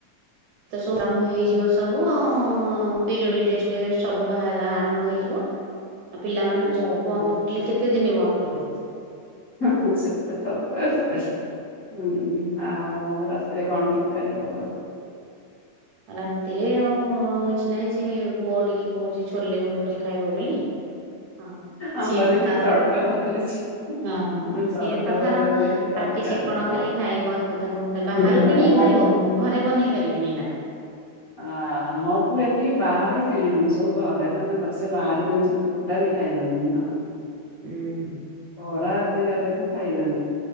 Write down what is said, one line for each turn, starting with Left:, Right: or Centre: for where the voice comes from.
Right: ଏ ତ ସବୁ ଆରମ୍ଭ ହେଇଯିବ ସବୁ ପିରିୟଡି ଟଷ୍ଟ ସବୁ ବା ଆରମ୍ଭ ହେଇଯିବ। ଆଉ ପିଲାମାନେ
Left: ହୁଁ ଛଅଟା
Right: କୋଉଠି ବନ୍ଦ
Left: ପରୀକ୍ଷା।
Right: କରଲେେ କେତେ ଦିନ ବନ୍ଦ କରିବ।
Left: <unintelligible> ହୁଁ ହୁଁ ଆଉ ରତିରେ ରେ କଣ ତରକାରୀ ହବ?
Right: ରାତିରେ ଆଉ କିଛି ନାହିଁ ସେ ପୁଅ ଟିକେ କହୁଛି ଛୋଲେ ବାଟୁରେ ଖାଇବ ବୋଲି। ହ
Left: ଆମର
Right: ସିଏ
Left: ବି
Right: ତ
Left: ସେମିତି
Right: ତାରା
Left: ତଡକା
Right: <unintelligible>
Left: ବତୁରିଛି।
Right: ହଁ ହଁ
Left: ମୁଁ ତଡକା
Right: ସିଏ ତ ଥର
Left: ବତୁରେଇ ଦେଇଛି ତଡକା
Right: ପାଟି ଚିକଣ
Left: କରିଦବ।
Right: ଖାଲି ଖାଇବ ଆକୁ ତାକୁ ବାହାରୁ
Left: ପିଲାମାନେ।
Right: କିଣିକି ଖାଇବ ମୁଁ ଘରେ ବନେଇ ପାରିବିନି ଏନା।
Left: ଅ ହ ମୋ ପୁଅ ଟିକେ ବାହାର କିଣିବନି ସବୁ ଘରେ ତମେ କରଛ ବାହାରି କିଣି କି ଟୋଟାଲି ଖାଇବନି।
Right: ହୁଁ।
Left: ପଡା ଅଧିକାର କୁ ଖାଇବନି।